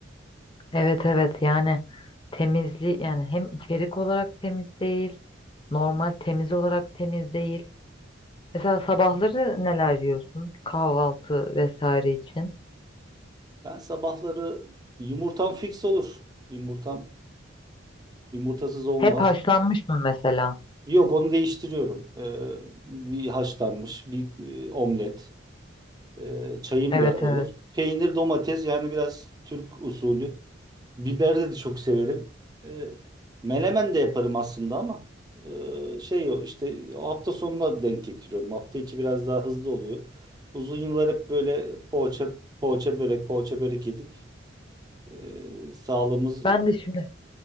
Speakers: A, on the left; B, on the right.
A: Evet evet yani temizliği yani hem içerik olarak temiz değil, normal temiz olarak temiz değil. Mesela sabahları neler yiyorsun kahvaltı vesaire için?
B: Ben sabahları yumurtam fix olur. Yumurtam yumurtasız olmaz.
A: Hep haşlanmış mı mesela?
B: Yok onu değiştiriyorum. Ee, bir haşlanmış, bir e, omlet, e, çayım
A: Evet
B: da olur.
A: evet.
B: Peynir, domates yani biraz Türk usulü. Biberi de çok severim. Ee, melemen de yaparım aslında ama e, şey o işte o hafta sonuna denk getiriyorum. Hafta içi biraz daha hızlı oluyor. Uzun yıllar hep böyle poğaça, poğaça börek, poğaça börek yedik. Ee, sağlığımız
A: Ben de şimdi